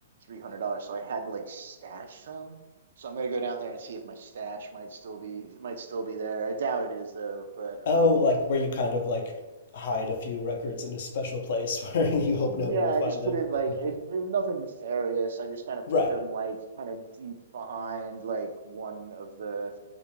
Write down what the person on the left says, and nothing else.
Oh,
like where you kind of like hide a few records in a special place <laughs> where you hope no
one will
find
them.
<laughs>
Right.